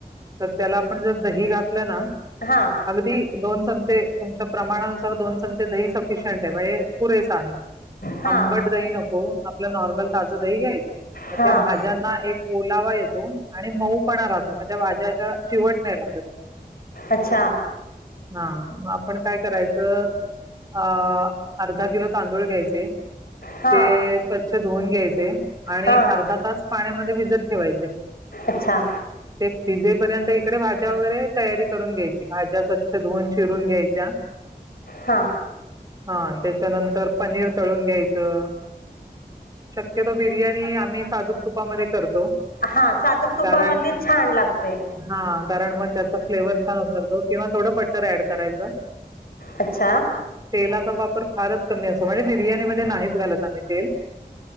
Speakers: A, on the right (about 20°); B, on the left (about 65°).
A: तर त्याला आपण जर दही घातलं ना
B: हां
A: अगदी दोन चमचे तुमच्या प्रमाणानुसार दोन चमचे दही सफिशियंट आहे म्हणजे पुरे आहे
B: हां
A: आंबट दही नको आपलं नॉर्मल ताजं दही घ्यायचं तर
B: हां
A: त्या भाज्यांना एक ओलावा आणि म पणा राहतो म्हणज्याच्या शेवट नाही लागत
B: अच्छा
A: हा आपण काय करायचं अ अर्धा किलो तांदूळ घ्यायचे
B: हां
A: ते स्वच्छ धुवून घ्यायचे आणि
B: हां
A: अर्धा तास पाण्यामध्ये भिजत ठेवायचे
B: अच्छा
A: ते वििजेपर्यंत तिकडे भाज्या वगैरे तयारी करून घ्यायची भाज्या स्वच्छ धुवून शिरून घ्यायच्या
B: हां
A: हा त्याच्यानंतर पनीर तळून घ्यायचं शक्यतो बिर्याणी आम्ही साजूक तुपामध्ये करतो
B: हा चादूक तुपामधली
A: कारण
B: छान लागते
A: हा कारण मग त्याचा फ्लेवर छान होतरतो किंवा थोडं बटर ऍड करायचं
B: अच्छा
A: तेलाचा वापर फारच क म्हणजे बिर्याणी म नाहीच घालत आम्ही तेल